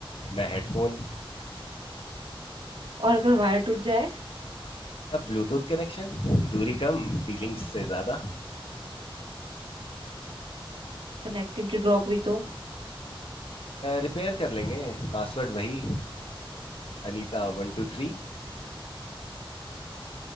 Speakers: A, on the left; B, on the right.
A: मैं हेडफोन
B: और अगर वायर टूट जाए
A: तब ब्लूटूथ कनेक्शन दूरी कम फीलिंग्स से ज्यादा
B: कनेक्टिविटी ड्रॉप हुई तो
A: रिपेयर कर लेंगे पासवर्ड वही अनीता वन टू थ्री